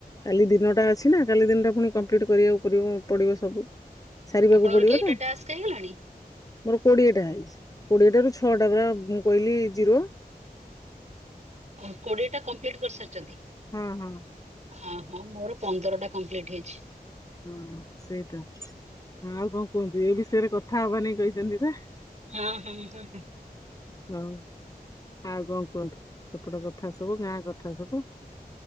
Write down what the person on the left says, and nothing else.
କାଲି ଦିନଟା ଅଛି ନା କାଲି ଦିନ ଟା ପୁଣି କମ୍ପ୍ଲିଟ କରିବାକୁ ପଡି ପଡ଼ିବ ସବୁ। ସାରିବାକୁ
ପଡ଼ିବ
ନା
ମୋର କୋଡିଏ ଟା ହେଇଚି। କୋଡ଼ିଏ ଟାରୁ ଛଅଟା ପୁରା ମୁଁ କହିଲି ଜିରୋ।
ହଁ ହଁ ହଁ।
ହଁ ସେଇଟା ହ ଆଉ କଣ କୁହନ୍ତୁ ଏ ବିଷୟରେ କଥା ହବା ନେଇ କହିଛନ୍ତି ପା
ହଁ ଆଉ କଣ କୁହନ୍ତୁ ସେପଟ କଥା ସବୁ ଗାଁ କଥା ସବୁ।